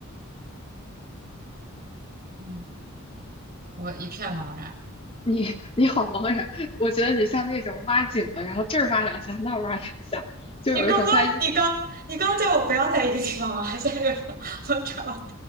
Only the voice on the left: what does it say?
你你好茫然，我觉得你像那种挖井的，然后这儿挖两下，那儿挖两下，就有一种在